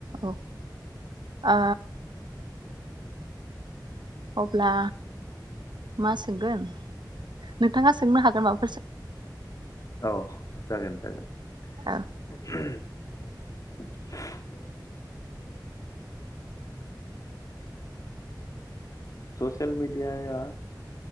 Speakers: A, on the right; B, on the left.
A: औ आ अब्ला मा सोंगोन नोंथाङा सोंनो हागोन माब
B: औ जागोन जागोन।
A: औ
B: <unintelligible> स'सियेल मिडियाया